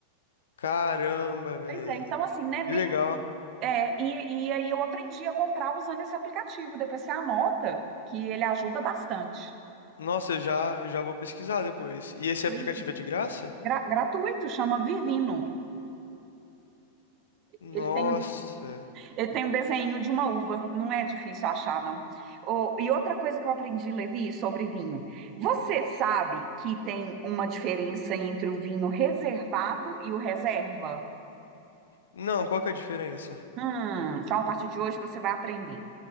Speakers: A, on the left; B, on the right.
A: Caramba, velho.
B: Pois é, então assim, né, nem...
A: Que legal.
B: É, e, e aí eu aprendi a comprar usando esse aplicativo, depois você anota, que ele ajuda bastante.
A: Nossa, eu já, já vou pesquisar depois. E esse
B: Pois
A: aplicativo é de graça?
B: gra- gratuito, chama Vivino.
A: Nossa.
B: Ele tem, ele tem um desenho de uma uva, não é difícil achar, não. Ô, e outra coisa que eu aprendi, Levi, sobre vinho. Você sabe que tem uma diferença entre o vinho reservado e o reserva?
A: Não, qual que é a diferença?
B: Hum, então a partir de hoje você vai aprender.